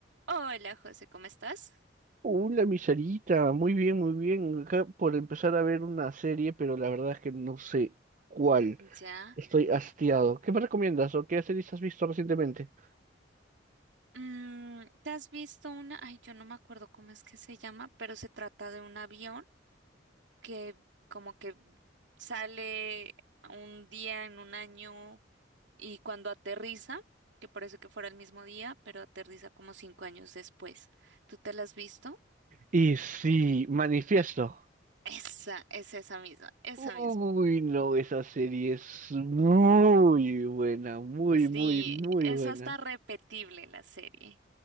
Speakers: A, on the right; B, on the right.
A: Hola José, ¿cómo estás?
B: Hola, mi Sarita, muy bien, muy bien. Acá por empezar a ver una serie, pero la verdad es que no sé cuál.
A: Ya.
B: Estoy hastiado. ¿Qué me recomiendas o qué series has visto recientemente?
A: Mm, ¿te has visto una? Ay, yo no me acuerdo cómo es que se llama, pero se trata de un avión que como que sale un día en un año y cuando aterriza, que parece que fuera el mismo día, pero aterriza como cinco años después. ¿Tú te la has visto?
B: Y sí, Manifiesto.
A: Esa, es esa misma, esa
B: Uy,
A: misma.
B: no, esa serie es muy buena, muy,
A: Sí,
B: muy, muy
A: es
B: buena.
A: hasta repetible la serie.